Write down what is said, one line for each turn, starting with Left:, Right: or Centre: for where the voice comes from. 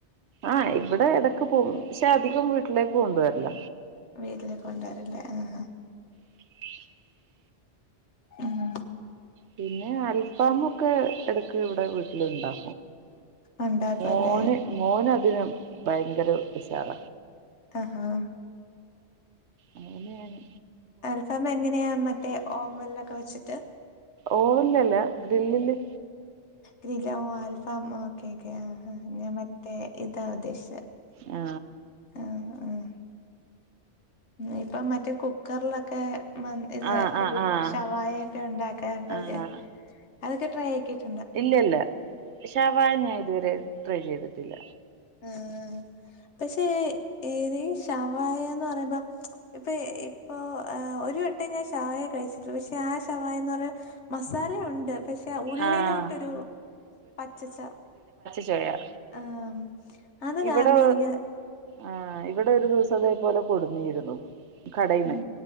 Right: ആഹ് ഇവിടെ ഇടക്ക് പോകവും പക്ഷെ അധികം വീട്ടിലേക്ക് കൊണ്ട വരില്ല
Left: വീട്ടിലേ കൊണ്ടരല്ലേ ആഹ
Right: <inaudible>
Left: ഊം
Right: പിന്നെ അൽഫമ ഒക്കെ എടക്ക് ഇവിടെ വീട്ടിലുണ്ടോ
Left: ഉണ്ടാക്കുവല്ലേ
Right: മോന് മോന അതിനന് ഭയങ്കര വിശാറ
Left: അ ആഹ്
Right: അങ്ങനെണ്
Left: അൽഫാം എങ്ങനെയാ മറ്റേ ഓവൻലൊക്കെ വെച്ചിട്ട്
Right: ഓവൻ ലല്ലാ ഗ്രില്ലില്
Left: ഗ്രീില ആൽഫാം ഓക്കെക്കെ ആഹ മറ്റേ ഇതാവ ദദേശ
Right: ആ
Left: ആഹ് ആഹ് ഉം ഇപ്പം മറ്റേ കുക്കറിലൊക്കെ മ ഇത്
Right: ആഹ്
Left: ഫുൾ
Right: ആഹ് ആഹ്
Left: ഷവായൊക്കെ ഉണ്ടാക്കാനുള്ളര്
Right: ആഹ്
Left: അതൊക്കെ ട്രൈ ആക്കിട്ട്
Right: ഇല്ലല്ല ഷാവായ ഞാൻ ഇതുവരെ ട്രൈ ചെയ്തിട്ടില്ല
Left: ആഹ ആ പക്ഷെ ഏത് ശവായന്ന് പറയുമ്പോ ഇപ്പൊ ഇപ്പൊ ആഹ് ഒരു വട്ടെ ഞാൻ ഷവായ കഴിച്ചിട്ടുള്ളു പക്ഷെ ആ ഷവായന്ന് പറഞ്ഞാ മസാലയുണ്ട് പക്ഷെ ഉള്ളിലോട്ടൊരു
Right: ആഹ്
Left: പച്ചച്ച
Right: ചെയ്യാ
Left: ആഹ് അത്
Right: ഇവിടെ
Left: കാരണം എനിക്ക്
Right: ഏഹ് ഇവിടെ ഒരു ദിവസം അതേപോലെ കൊടുന്നിരുന്നു കടയിന്ന്
Left: ഉം